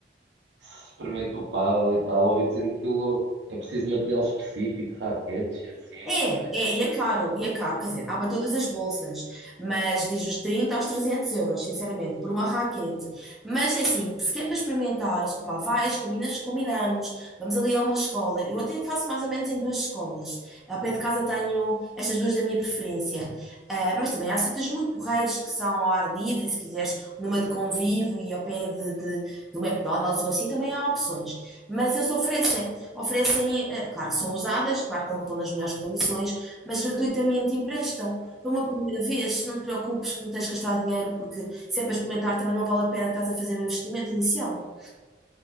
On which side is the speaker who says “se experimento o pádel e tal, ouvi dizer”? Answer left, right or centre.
Right